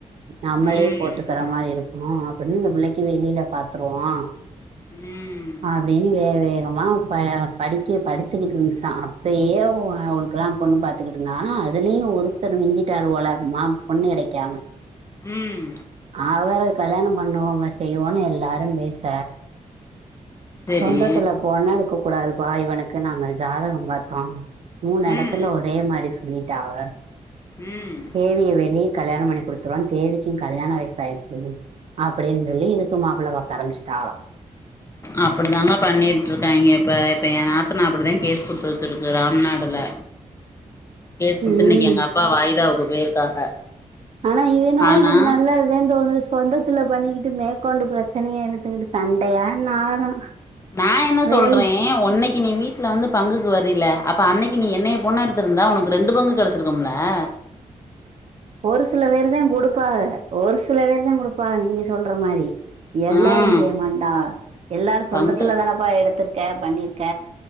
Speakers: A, on the right; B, on the left.
A: நம்மளே
B: ம்
A: போட்டுக்கற மாரி இருக்கு அப்டின்னு இந்த புள்ளைக்கு வெளில பாத்துருவோ
B: ம்
A: அப்டின்னு வே வே எங்க அம்மா ப படிக்க படிச்சிக்கிட்டு இருந்துச்சான் அப்பயே அவு அவுளுக்கெல்லா பொண்ணு பாத்துக்கிட்டு இந்தாகனா அதுலயு ஒருத்தர் மிஞ்சிட்டாரு போல மா பொண்ணு கெடைக்காம
B: ம்
A: அவர கல்யாணம் பண்ணுவோமா செய்வோன்னு எல்லாரும் பேச
B: செரி
A: சொந்தத்துல பொன்னெடுக்க கூடாதுபா இவனுக்கு நாங்க ஜாதகம் பாத்தோ மூணு எடத்துல
B: ம்
A: ஒரே மாரி சொல்லிட்டாவ
B: ம்
A: தேவிய வெளிய கல்யாணம் பண்ணி குடுத்துருவ தேவிக்கு கல்யாண வயசு ஆயிருச்சு அப்டின்னு சொல்லி இதுக்கு மாப்புள்ள பாக்க ஆரம்பச்சிட்டாகலா
B: அப்டிதாங்க பண்ணிட்டு இருக்காங்கே இப்ப இப்ப என் நாத்தனா அப்டிதா கேஸ் குடுத்து வெச்சிருக்கு ராம்நாடு ல கேசு குடுத்து
A: ம்
B: இன்னைக்கு எங்க அப்பா வாயிதாவுக்கு போயிருக்காக
A: ஆனா இது என்னவோ
B: ஆனா
A: எனக்கு நல்லதுதான் தோணுது சொந்தத்துல பண்ணிக்கிட்டு மே கொண்டு பிரச்சனைய இழுத்துகிட்டு சண்டயா நாரு
B: நான் என்ன
A: வெளி
B: சொல்றேன் உன்னைக்கு நீ வீ ட்ல வந்து பங்குக்கு வரில்ல அப்ப அன்னைக்கு நீ என்னைய பொண்ணு எடுத்திருந்தா உனக்கு ரெண்டு பங்கு கேடைச்சிருக்கும்ல்ல <inaudible>
A: ஒரு சில வேருதான் குடுப்பாக ஒரு சில வேருதான் குடுப்பாக நீங்க சொல்ற மாரி எல்லாரு
B: ம்
A: செய்யமாட்டாவ எல்லாரு சொந்தத்துல
B: பங்கு
A: தானேப்பா எடுத்திருக்க பண்ணிருக்க